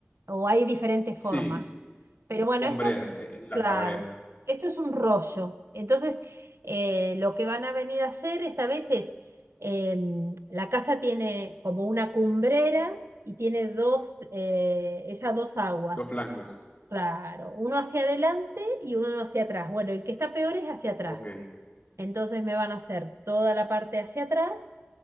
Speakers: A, on the right; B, on the left.
A: o hay diferentes
B: Sí,
A: formas. Pero bueno,
B: con
A: esto,
B: brea, eh, la
A: claro,
B: brea.
A: esto es un rollo. Entonces, eh, lo que van a venir a hacer esta vez es, eh, la casa tiene como una cumbrera y tiene dos, eh, esas dos aguas.
B: Los flancos.
A: Claro, uno hacia adelante y uno hacia atrás. Bueno, el que está peor es hacia atrás.
B: Ok.
A: Entonces me van a hacer toda la parte hacia atrás,